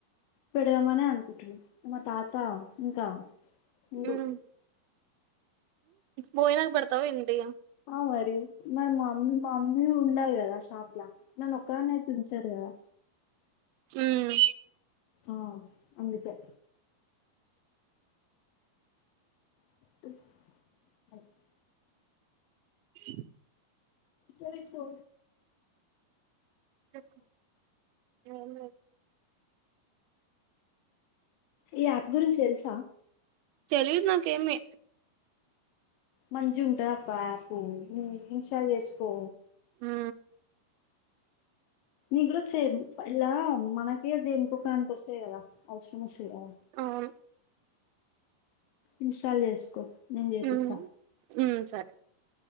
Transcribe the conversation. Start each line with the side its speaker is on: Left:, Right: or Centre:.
Left: పెడదామనే అనుకుంటన్నా మా తాత అ ఇంకా ఉండు
Right: ఉమ్ భోజనాకి పెడతావ ఏంటి
Left: అ మరి మరి మామ్మీ మా మమ్మీ ఉండాలి కదా షాప్లా నన్ను ఒక్కదాన్ని అయితే ఉంచదు కదా
Right: హమ్
Left: ఆ అందుకే <unintelligible>
Right: <unintelligible>
Left: కేతు
Right: చె
Left: ఈ యాప్ గురించి తెలుసా
Right: తెలీదు నాకేమి
Left: మంచి ఉంటాదప్ప యాపు నువ్వు ఇన్స్టాల్ చేసుకో
Right: హ
Left: నీ కూడా సే ఇలా మనకే దేనికోకానికోస్తాయి కదా అవసరం వస్తాయి కదా
Right: అవును
Left: ఇన్స్టాల్ చేసుకో నేను చేపిస్తా
Right: ఉమ్ ఉమ్ సరే